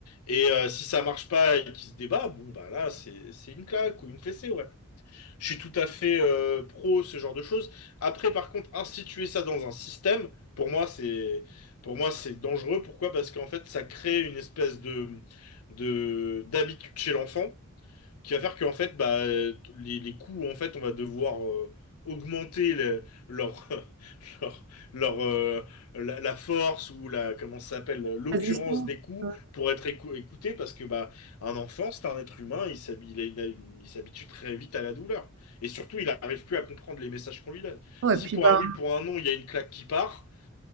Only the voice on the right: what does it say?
Résistance.
Ouais.
Ouais,
et puis
ben,